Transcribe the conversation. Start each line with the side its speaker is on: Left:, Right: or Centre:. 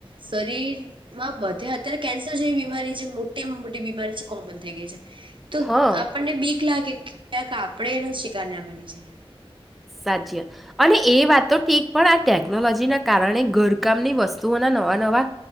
Right: શરીરમાં બધે અત્યારે કેન્સર જેવી બીમારી જે મોટીમાં મોટી બીમારી છે કોમન થઈ ગઈ છે. તો
Centre: હા
Right: આપણને બીક લાગે. ક્યાંક આપરે એનો શિકારના બની જઈએ.
Centre: સાચીયા અને એ વાત તો ઠીક પણ આ ટેકનોલોજીના કારણે ઘરકામની વસ્તુઓના નવા નવા